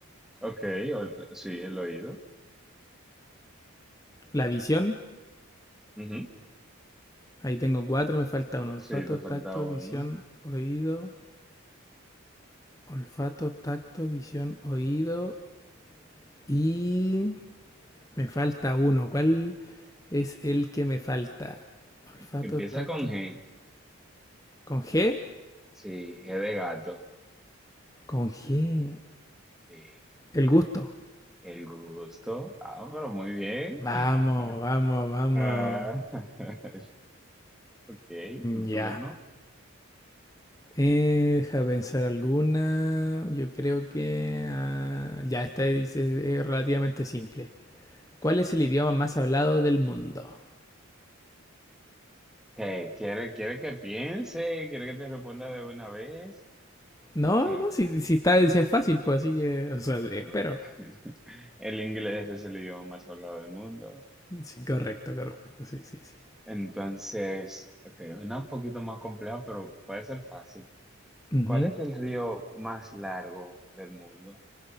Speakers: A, in the centre; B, on the left.
A: Ok, o- sí, el oído.
B: La visión,
A: Ujú.
B: ahí tengo cuatro, me falta uno. Olfato,
A: Sí, te
B: tacto,
A: falta
B: visión,
A: uno.
B: oído. Olfato, tacto, visión, oído. Y me falta uno. ¿Cuál es el que me falta? Olfato,
A: Empieza
B: tacto.
A: con G.
B: ¿Con G?
A: Sí, G de gato.
B: Con G.
A: Sí,
B: El gusto.
A: el gusto. Ah, pero muy bien.
B: Vamos,
A: <laughs>
B: vamos, vamos.
A: Ah, <laughs> ok, tu
B: Ya.
A: turno.
B: Eh, deja pensar alguna. Yo creo que... ah, ya, esta es, es- es relativamente simple. ¿Cuál es el idioma más hablado del mundo?
A: ¿Qué? ¿Quiere, quiere que piense? ¿Quiere que te responda de una vez?
B: No,
A: Ok.
B: no, si, si está, si es fácil, pues así que, o sea, espero.
A: Bueno, <laughs> el inglés es el idioma más hablado del mundo.
B: Sí, correcto, correcto, sí, sí, sí.
A: Entonces, ok, una un poquito más compleja, pero puede ser fácil.
B: Ujú.
A: ¿Cuál es el río más largo del mundo?